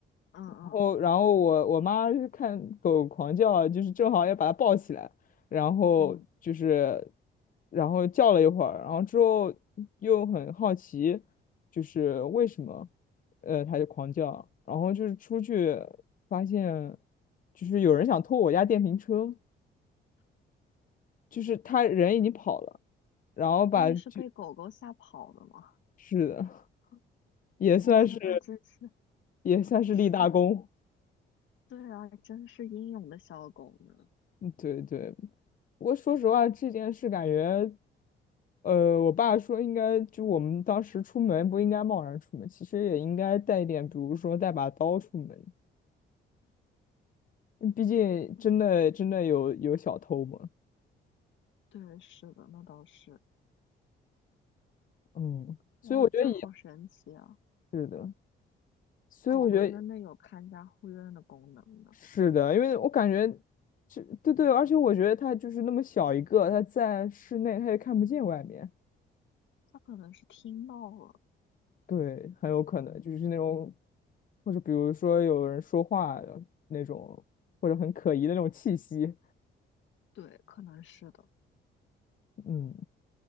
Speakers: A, on the left; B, on the left.
A: 嗯嗯
B: 然后，然后我我妈是看狗狂叫啊就是正好也把它抱起来，然后就是，
A: 嗯，
B: 然后叫了一会儿，然后之后又很好奇，就是为什么，呃，它就狂叫啊，然后就是出去发现，就是有人想偷我家电瓶车，就是他人已经跑了，然后把就
A: 所以是被狗狗吓跑的吗？
B: 是的，也算是
A: 哇，那他真是
B: 也算是立大功，
A: 是，对啊，真是英勇的小狗呢。
B: 嗯对对，不过说实话，这件事感觉，呃，我爸说应该就我们当时出门不应该贸然出门，其实也应该带一点，比如说带把刀出门，嗯毕竟真的真的有有小偷嘛。
A: <laughs> 对，是的，那倒是。
B: 嗯，所以我觉得也
A: 哇，这好神奇啊！
B: 是的，所以我觉得
A: 狗狗真的有看家护院的功能呢，
B: 是的，因为我感觉这对对，而且我觉得他就是那么小一个，他在室内他也看不见外面。
A: 它可能是听到了，
B: 对，很有可能就是那种，或者比如说有人说话的那种，或者很可疑的那种气息，
A: 对，可能是的。
B: 嗯，